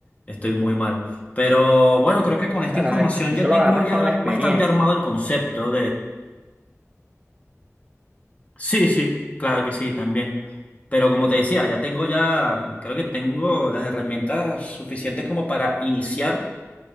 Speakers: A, on the left; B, on the right.
A: estoy muy mal. Pero bueno,
B: Ajá.
A: creo que con esta
B: Bueno,
A: información
B: eso
A: ya tengo
B: lo agarras
A: ya
B: con la experiencia.
A: bastante armado el concepto Sí, sí, claro que sí, también. Pero como te decía, ya tengo ya, creo que tengo las herramientas suficientes como para iniciar,